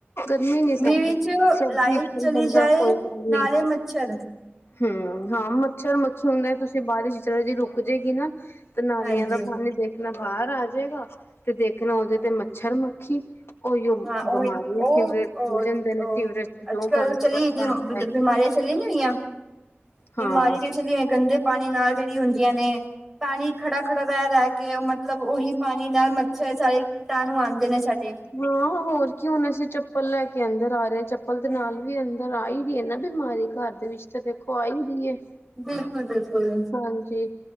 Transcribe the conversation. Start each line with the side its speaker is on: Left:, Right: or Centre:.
Left: ਗਰਮੀ ਨੀ ਸਹਿਣ
Centre: ਵਿੱਚ
Left: ਹੁੰਦੀ, ਸਰਦੀ
Centre: ਲਾਈਟ
Left: ਚ ਚੱਲ
Centre: ਚਲੀ
Left: ਬੰਦਾ
Centre: ਜਾਏ
Left: ਕੋਈ ਗੱਲ
Centre: ਨਾਲੇ
Left: ਨੀ।
Centre: ਮੱਛਰ
Left: ਹੂੰ ਹਾਂ ਮੱਛਰ ਮੱਖੀ ਹੁੰਦਾ ਤੁਸੀਂ ਬਾਰਿਸ਼ ਚਲ ਜੇ ਰੁਕ ਜੇਗੀ ਨਾ। ਤੇ ਨਾਲੀਆਂ
Centre: ਹਾਂਜੀ
Left: ਦਾ ਪਾਣੀ ਦੇਖਣਾ ਬਾਹਰ ਆ ਜੇਗਾ ਤੇ ਦੇਖਣਾ ਉਹਦੇ ਤੇ ਮੱਛਰ-ਮੱਖੀ। ਉਹੀਓ
Centre: ਹਾਂ ਉਹੀ
Left: ਬਿਮਾਰੀਆਂ
Centre: ਉਹ
Left: ਫਵਰ ਖੁੱਲ ਜਾਂਦੇ
Centre: ਉਹ
Left: ਸੀਵਰੇਜ਼ ਚ
Centre: ਅੱਜ
Left: ਜੋ
Centre: ਕੱਲ੍ਹ
Left: ਗੰਦ
Centre: ਚਲੀ
Left: ਪਾਇਆ ਹੁੰਦਾ।
Centre: ਬਿਮਾਰੀਆਂ ਚੱਲਿਆ ਹੋਈਆਂ ਬਿਮਾਰੀਆਂ
Left: ਹਾਂ
Centre: ਜਿਹੜੀ ਚੱਲਿਆ ਹੋਈਆਂ ਨੇ ਗੰਦੇ ਪਾਣੀ ਨਾਲ ਜਿਹੜੀ ਹੁੰਦੀਆਂ ਨੇ‌। ਪਾਣੀ ਖੜਾ-ਖੜਾ ਰਹਿ-ਰਹਿ ਕੇ ਉਹ ਮਤਲਬ ਉਹੀ ਪਾਣੀ ਨਾਲ ਮੱਛਰ ਸਾਰੇ ਕੀਟਾਣੂ ਆਂਦੇ ਨੇ ਸਾਡੇ।
Left: ਹਾਂ ਹੋਰ ਕਿ ਹੋਣਾ ਸੀ। ਅਸੀਂ ਚੱਪਲ ਲੈ ਕੇ ਅੰਦਰ ਆ ਰਹੇ ਹਾਂ ਚੱਪਲ ਦੇ ਨਾਲ ਵੀ ਅੰਦਰ ਆ ਈ ਰਹੀ ਹੈ ਨਾ ਬਿਮਾਰੀ। ਘਰ ਦੇ ਵਿੱਚ ਤਾਂ ਦੇਖੋ ਆਈ ਦੀ ਏ।
Centre: ਬਿਲਕੁਲ-ਬਿਲਕੁਲ
Left: ਹਾਂਜੀ ਇਹ